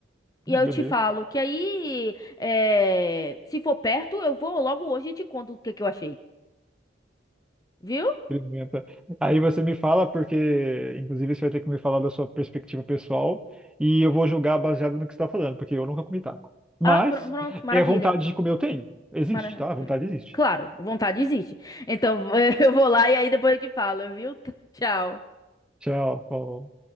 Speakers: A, in the centre; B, on the left.
A: não,
B: E aí
A: beleza.
B: eu te falo que aí é, se for perto eu vou logo hoje e te conto o que que eu achei, viu?
A: Experimenta. Aí você me fala, porque inclusive você vai ter que me falar da sua perspectiva pessoal e eu vou julgar baseado no que você está falando, porque eu nunca comi taco. Mas
B: Ah, pr- pronto, maravilha.
A: é vontade de comer eu tenho. Existe,
B: Mara...
A: tá? A vontade existe.
B: Claro, vontade existe. Então <laughs> eu vou lá e aí depois eu te falo, viu? Tchau.
A: Tchau. falou.